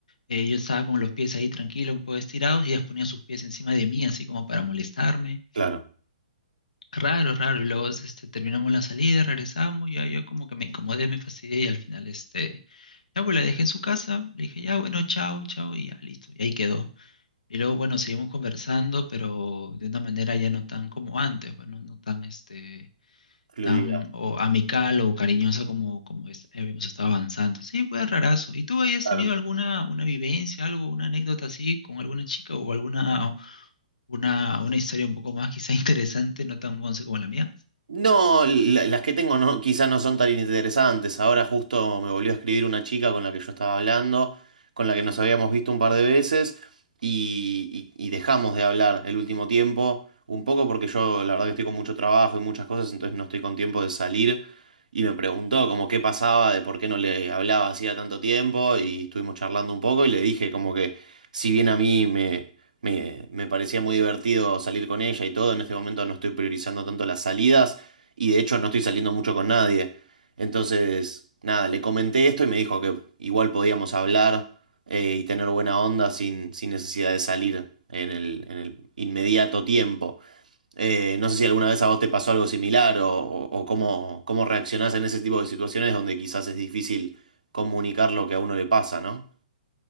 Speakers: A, on the left; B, on the right.
A: Eh, yo estaba con los pies ahí tranquilos, un poco estirados, y ellas ponían sus pies encima de mí, así como para molestarme.
B: Claro.
A: Raro, raro. Y luego este, terminamos la salida, regresamos, ya yo como que me incomodé, me fastidié, y al final este, ya pues la dejé en su casa, le dije, ya bueno, chao, chao, y ya listo. Y ahí quedó. Y luego, bueno, seguimos conversando, pero de una manera ya no tan como antes, bueno, no no tan, este,
B: Fluida.
A: tan o amical o cariñosa como, como es- habíamos estado avanzando. Sí, pues rarazo. ¿Y tú hayas
B: Claro.
A: tenido alguna una vivencia, algo, una anécdota así con alguna chica o alguna una, una historia un poco más quizá <laughs> interesante, no tan once como la mía?
B: No, la- las que tengo no, quizás no son tan interesantes. Ahora justo me volvió a escribir una chica con la que yo estaba hablando, con la que nos habíamos visto un par de veces y, y- y dejamos de hablar el último tiempo, un poco porque yo la verdad que estoy con mucho trabajo y muchas cosas, entonces no estoy con tiempo de salir y me preguntó como qué pasaba, de por qué no le hablaba hacía tanto tiempo y estuvimos charlando un poco y le dije como que si bien a mí me... Me, me parecía muy divertido salir con ella y todo. En este momento no estoy priorizando tanto las salidas. Y de hecho no estoy saliendo mucho con nadie. Entonces, nada, le comenté esto y me dijo que igual podíamos hablar eh, y tener buena onda sin, sin necesidad de salir en el, en el inmediato tiempo. Eh, no sé si alguna vez a vos te pasó algo similar o, o- o cómo, cómo reaccionás en ese tipo de situaciones donde quizás es difícil comunicar lo que a uno le pasa, ¿no?